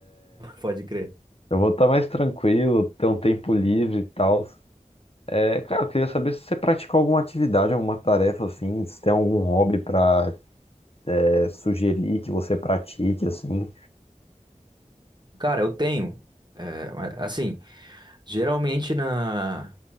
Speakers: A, on the right; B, on the left.
A: Pode crer.
B: Eu vou estar mais tranquilo, ter um tempo livre e tal. É, cara, eu queria saber se você pratica alguma atividade, alguma tarefa, assim, se tem algum hobby pra é, sugerir que você pratique, assim.
A: Cara, eu tenho. é, mas, assim, geralmente na,